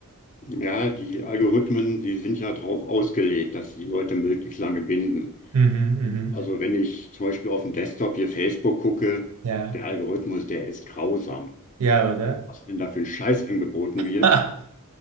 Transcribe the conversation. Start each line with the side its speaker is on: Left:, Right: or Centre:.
Left: Ja, die Algorithmen, die sind ja darauf ausgelegt, dass sie die Leute möglichst lange binden.
Right: Mhm, mhm.
Left: Also wenn ich zum Beispiel auf dem Desktop hier Facebook gucke,
Right: Ja,
Left: der Algorithmus, der ist grausam.
Right: ja, oder?
Left: Was einem da für ein Scheiß angeboten
Right: <laughs>
Left: wird,